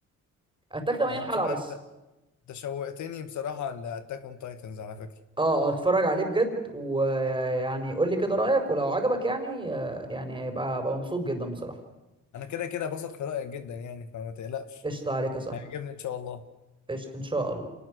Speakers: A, on the right; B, on the left.
A: اتاك 80
B: أنا
A: حلقة
B: بصراحه
A: بس
B: انت انت شوقتني بصراحه لاتاك اون تايتنز على فكره
A: اه آه، اتفرج عليه بجد ويعني قول لي كده رأيك ولو عجبك يعني آه، يعني يبقى بقى مبسوط جدا بصراحة
B: انا كده كده بثق في رايك جدا يعني فما تقلقش
A: قشطة عليك يا صاحبي
B: هيعجبني ان شاء الله
A: قشطة ان شاء الله